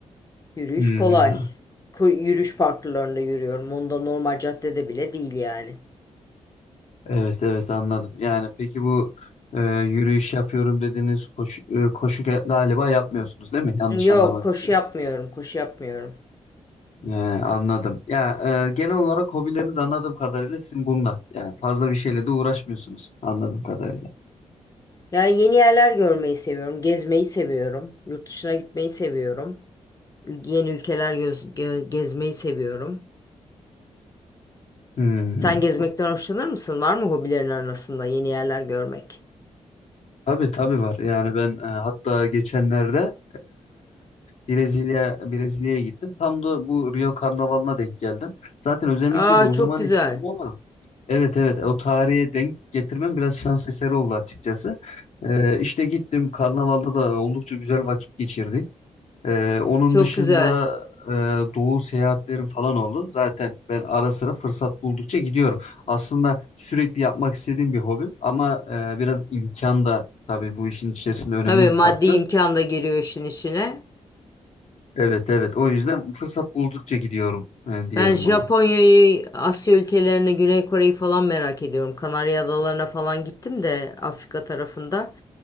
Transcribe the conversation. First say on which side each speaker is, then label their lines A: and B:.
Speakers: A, on the left; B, on the left.
A: Yürüyüş
B: Hmm,
A: kolay. Ko- yürüyüş parklarında yürüyorum. Onda normal caddede bile değil yani.
B: evet evet anladım. Yani peki bu e, yürüyüş yapıyorum dediğiniz koşu, e, koşu ge- galiba yapmıyorsunuz değil mi? Yanlış
A: Yok,
B: anlamadıysam.
A: koşu yapmıyorum, koşu yapmıyorum.
B: E, anladım. Ya e, genel olarak hobileriniz anladığım kadarıyla sizin bunlar. Yani fazla bir şeyle de uğraşmıyorsunuz anladığım kadarıyla.
A: Ya yeni yerler görmeyi seviyorum, gezmeyi seviyorum, yurt dışına gitmeyi seviyorum, yeni ülkeler göz- gö- gezmeyi seviyorum.
B: Hmm.
A: Sen gezmekten hoşlanır mısın? Var mı hobilerin arasında yeni yerler görmek?
B: Tabii tabii var. Yani ben e, hatta geçenlerde e, Brezilya Brezilya'ya gittim. Tam da bu Rio Karnavalı'na denk geldim. Zaten özellikle
A: Aa,
B: de o
A: çok
B: zaman
A: güzel,
B: istiyordum ama evet evet o tarihe denk getirmem biraz şans eseri oldu açıkçası. E, işte gittim Karnaval'da da oldukça güzel vakit geçirdik. Ee, onun
A: çok
B: dışında
A: güzel.
B: e, doğu seyahatlerim falan oldu. Zaten ben ara sıra fırsat buldukça gidiyorum. Aslında sürekli yapmak istediğim bir hobim ama e, biraz imkan da tabii bu işin içerisinde önemli
A: Tabii
B: bir
A: maddi
B: faktör.
A: imkan da giriyor işin içine.
B: Evet evet o yüzden fırsat buldukça gidiyorum e, diyelim
A: Ben Japonya'yı,
B: buna.
A: Asya ülkelerini, Güney Kore'yi falan merak ediyorum. Kanarya Adalarına falan gittim de Afrika tarafında.